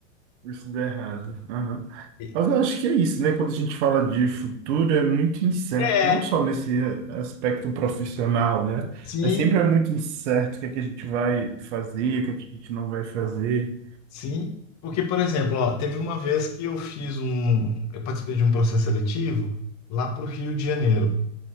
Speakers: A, on the right (about 60°); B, on the left (about 45°).
A: Isso dá errado. Aham.
B: E-
A: Mas eu acho que é isso, né? Quando a gente fala de futuro, é muito incerto.
B: É,
A: Não só nesse aspecto profissional, né?
B: sim,
A: Mas sempre é muito incerto o que é que a gente vai fazer, o que é que a gente não vai fazer.
B: sim. Porque, por exemplo, ó, teve uma vez que eu fiz um, eu participei de um processo seletivo lá para o Rio de Janeiro.